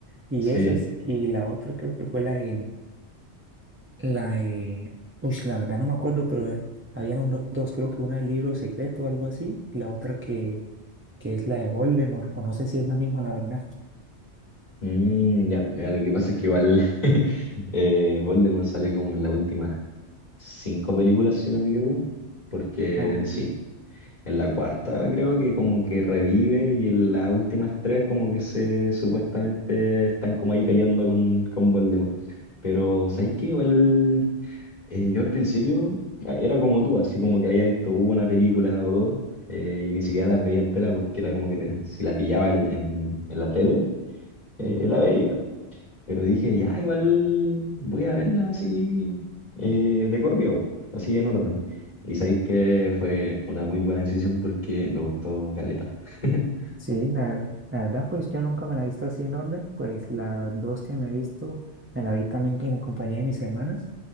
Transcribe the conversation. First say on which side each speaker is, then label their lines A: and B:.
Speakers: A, on the right (about 20°); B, on the left (about 40°).
A: y
B: Sí.
A: esas, y la otra creo que fue la de, la de, uy, la verdad no me acuerdo, pero eh, habían uno- dos, creo que una del libro secreto o algo así, y la otra que, que es la de Voldemort, o no sé si es la misma, la verdad.
B: Mm, ya, mira, lo que pasa es que igual <laughs> eh, Voldemort sale como en las últimas cinco películas, si no me equivoco, porque
A: Ah,
B: sí, En la cuarta creo que como que revive y en las últimas tres como que se supuestamente están como ahí peleando con, con Voldemort. Pero ¿sabes qué? Igual eh, yo al principio a- era como tú, así como que había visto una película o dos eh, y ni siquiera las veía entera porque era como que te- si la pillaba en, en- en la tele, eh,
A: <laughs>
B: la veía. Pero dije, ya, igual voy a verla así eh, de corrido, así en orden. Y sabéis que fue una muy buena decisión porque me gustó Caleta. <laughs>
A: Sí, la, la verdad, pues yo nunca me la he visto así en orden, pues las dos que me he visto, me la vi también en compañía de mis hermanas,